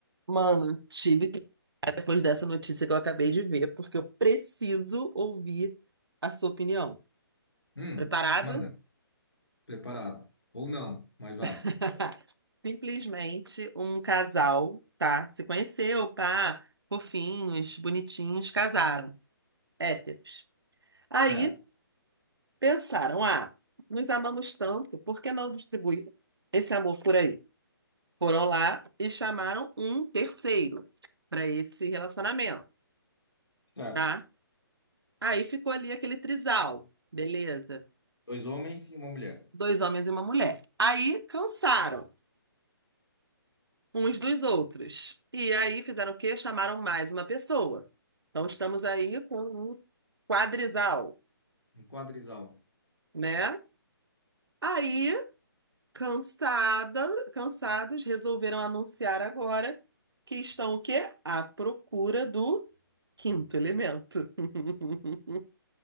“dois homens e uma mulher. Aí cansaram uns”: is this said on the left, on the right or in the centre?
Right